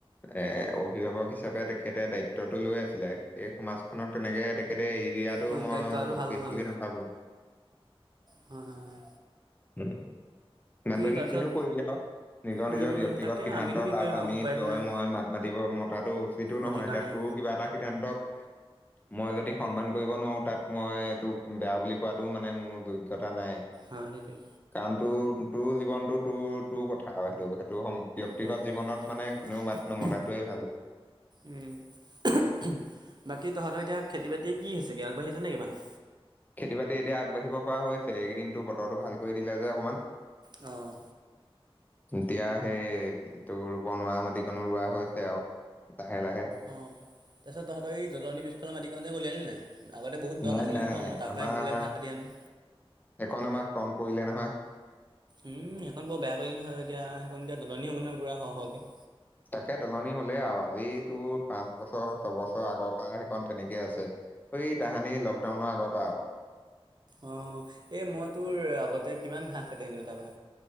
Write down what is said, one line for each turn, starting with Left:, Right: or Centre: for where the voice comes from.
Left: এ অভিভাৱক হিচাপে তেখেতে দায়িত্বটো লৈ আছিলে, সেই সমাজখনক তেনেকে তেখেতে এৰি দিয়াত টো
Right: পৰিত্যাগ
Left: মই
Right: কৰাটো ভাল
Left: উচিত
Right: নহ'ল
Left: বুলি নাভাবো।
Right: হয় হয়-হয়।
Left: <unintelligible> বাকী
Right: তাৰপিছত
Left: কিনো কৰিবি <unintelligible> নিজৰ-
Right: উম
Left: নিজৰ ব্যয়ক্তিগত
Right: তাকে
Left: সিদ্ধান্ত
Right: আমিনো কি
Left: তাত
Right: কৰিম
Left: আমি
Right: আৰু উপায়তো
Left: তই
Right: নাই
Left: মই মাত মাতিব মতাটো উচিতো নহয়,
Right: অধিকাৰ
Left: এতিয়া
Right: নাই
Left: তোক কিবা এটা সিদ্ধান্তক মই যদি সন্মান কৰিব নোৱাৰো, তাত মই এইটোক বেয়া বুলি কোৱাটো মানে মোৰ যোগ্যতা নাই।
Right: হা সেইটোৱে।
Left: কাৰণ তোৰ- তোৰ জীৱনটো তোৰ- তোৰ কথা আৰু সেইটো-সেইটো সম ব্যক্তিগত
Right: হয়
Left: জীৱনত মানে কোনেও মাত নমনাটোৱে
Right: হয়
Left: ভাল।
Right: উম, বাকী তহঁতৰ এতিয়া খেতি বাতি কি হৈছেগে আগবাঢ়ি আছেনে কিমান।
Left: খেতি বাতি এতিয়া আগবাঢ়িব পৰা হৈছে, এইকেইদিন তোৰ বতৰটো ভাল কৰি দিলে যে অকমান।
Right: অ'।
Left: এতিয়া সেই তোৰ বনোৱা মাটিকনো ৰোৱা হৈছে আৰু। লাহে-লাহে।
Right: অ', তাৰপিছত তহতৰ জ্বলনী পিছফালৰ মাটিকন যে উলিয়ালি নাই। আগতে বহুত দল
Left: নাই
Right: আছিলে
Left: নাই
Right: নহয়, মই তাপাই
Left: আমাৰ
Right: গৰুলে ঘাঁহ কাটি আনো।
Left: এখন আমাৰ ফ্ৰণ্ট পৰিলে নহয়।
Right: উম, সেইখন বৰ বেয়া কৰিলে নহয় এতিয়া সেইখন এতিয়া দলনী হ'ব নহয় পুৰা হ-হকে।
Left: তাকে তলনি হ'লেই আৰু আজি তোৰ পাঁচ বছৰ ছবছৰ আগৰ পৰা সেইকণ তেনেকেই আছে। এই তাহানি লকডাউনৰ আগৰ পৰা আৰু।
Right: অ', এই মই তোৰ আগতে কিমান ঘাঁহ কাটি আনিলো তাপা।